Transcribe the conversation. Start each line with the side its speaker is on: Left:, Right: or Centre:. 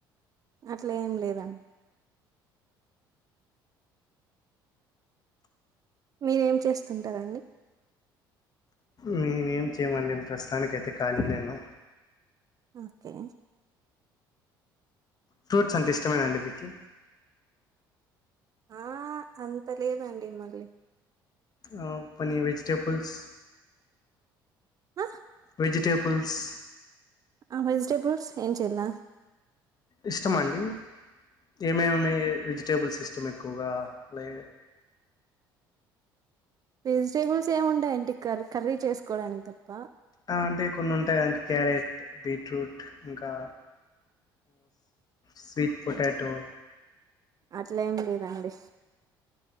Right: అట్లేం లేదండి మీరేం చేస్తుంటరండి
Left: మేమేం చేయమండి ప్రస్తుతానికైతే ఖాళీ లేను
Right: ఓకే
Left: ఫ్రూట్స్ అంటే ఇష్టమేనా అండి మీకీ
Right: ఆ అంత లేదండి మళ్ళీ
Left: ఆ పనీ వెజిటేపుల్స్
Right: అ
Left: వెజిటేపుల్స్
Right: అ వెజిటెబుల్స్ ఏం చుల్ల
Left: ఇష్టమ అండి ఏమేమి వెజిటేబుల్స్ ఇష్టం ఎక్కువగా లై
Right: వెజిటేబుల్స్ ఏముంటయండి కర్ కర్రీ చేసుకోవడానికి తప్ప
Left: ఆ అంటే కొన్నుంటయి గదండి క్యారెట్ బీట్రూట్ ఇంకా స్వీట్ పొటాటో
Right: అట్లేం లెదండి